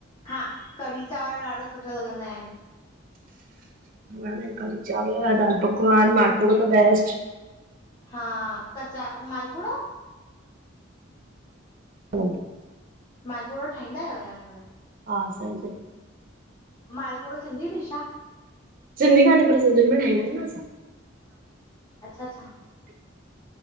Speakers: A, on the left; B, on the right.
A: हा कढ़ी चावर ॾाढा सुठा लॻंदा इन।
B: आहिनि, कढ़ी चावर, दाल पकवान, मालपूड़ो द बेस्ट।
A: हा कचा मालपुड़ो?
B: हा <unintelligible>
A: मालपुड़ो ठाहींदा आहियो या घर में?
B: हा असांजे इते।
A: मालपुड़ो सिंधी डिश आ?
B: सिंधी काने, पर सिंधीन में ठाईंदायूं न असां।
A: अच्छा अच्छा।